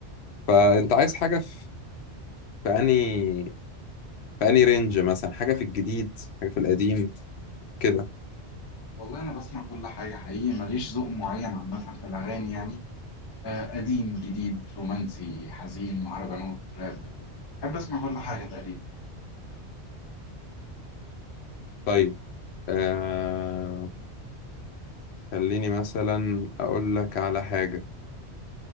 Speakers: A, on the left; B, on the left.
A: فأنت عايز حاجة في في أنهي فأني رينج مثلا حاجة في الجديد حاجة في القديم كده
B: والله أنا بسمع كل حاجة حقيقي ماليش ذوق معين عامة في الأغاني يعني آه، قديم جديد رومانسي حزين مهرجانات راب بحب أسمع كل حاجة تقريبا
A: طيب آه خليني مثلا أقول لك على حاجة